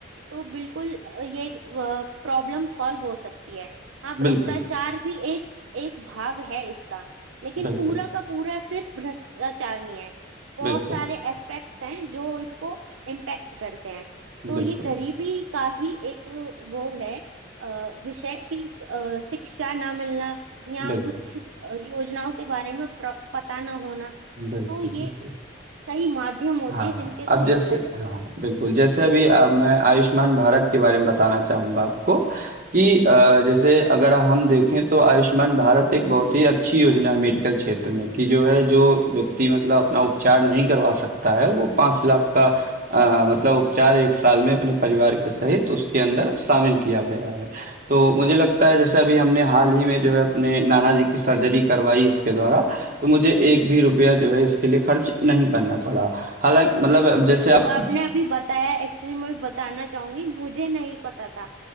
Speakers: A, on the right; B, on the right.
A: तो बिल्कुल अ, ये प्रॉब्लम सॉल्व हो सकती है हाँ भ्रष्टाचार
B: बिल्कुल
A: भी एक एक भाग है इसका लेकिन
B: बिल्कुल
A: पूरा का पूरा सिर्फ भ्रष्टाचार नहीं है बहुत
B: बिल्कुल
A: सारे एस्पेक्ट्स हैं जो इसको इम्पैक्ट करते हैं तो
B: बिल्कुल
A: ये गरीबी का ही एक वो है अ, विषय कि अ, शिक्षा ना मिलना या
B: बिल्कुल,
A: कुछ अ, योजनाओं के बारे में प्र- पता ना होना
B: बिल्कुल,
A: तो ये
B: बिल्कुल।
A: कई माध्यम होते
B: हाँ,
A: हैं जिनके थ्रू
B: अब जैसे
A: पता चलता
B: हाँ,
A: है
B: बिल्कुल जैसे अभी अ,
A: हाँ
B: मैं आयुष्मान भारत के बारे में बताना चाहूँगा आपको कि अ,
A: अच्छा।
B: जैसे अगर हम देखें तो आयुष्मान भारत एक बहुत ही अच्छी योजना है मेडिकल क्षेत्र में कि जो है जो व्यक्ति मतलब अपना उपचार नहीं करवा सकता है वो 5 लाख का अ, मतलब उपचार एक साल में अपने परिवार के सहित उसके अंदर शामिल किया गया है तो मुझे लगता है जैसे अभी हमने हाल ही में जो है अपने नाना जी की सर्जरी करवाई इसके द्वारा तो मुझे एक भी रुपया जो है इसके लिए खर्च नहीं करना पड़ा हालांकि मतलब अब जैसे
A: ये
B: आप
A: जो आपने अभी बताया एक्चुअली मैं बताना चाहूंगी मुझे नहीं पता था